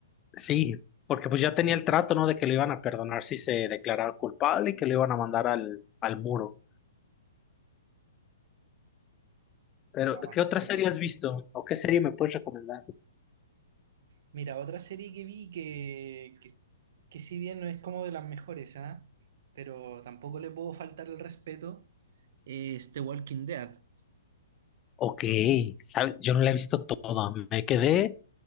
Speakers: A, on the left; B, on the right.
A: Sí, porque pues ya tenía el trato, ¿no? De que lo iban a perdonar si se declaraba culpable y que lo iban a mandar al, al muro. Pero,
B: No,
A: ¿qué
B: esa
A: otra
B: serie.
A: serie has visto? ¿O qué serie me puedes recomendar?
B: Mira, otra serie que vi que, que, que si bien no es como de las mejores, ¿ah? Pero tampoco le puedo faltar el respeto, es The Walking Dead.
A: Ok, ¿sabes? Yo no la he visto toda. Me quedé,